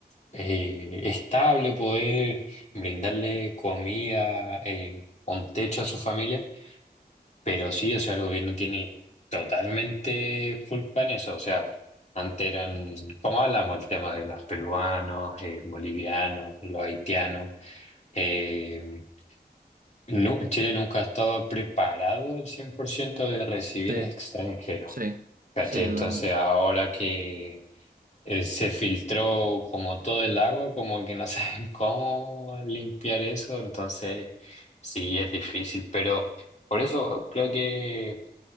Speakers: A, on the left; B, on the right.
A: eh, estable, poder brindarle comida, eh, un techo a su familia, pero sí, o sea, el gobierno tiene totalmente culpa en eso, o sea, antes eran, como hablamos, el tema de los peruanos, eh, bolivianos, los haitianos. eh, no, Chile nunca ha estado preparado al 100% de recibir
B: Sí,
A: extranjeros,
B: sí,
A: ¿cachai?
B: sí,
A: Entonces
B: totalmente.
A: ahora que eh, se filtró como todo el agua, como que no <laughs> saben cómo limpiar eso, entonces sí es difícil, pero por eso creo que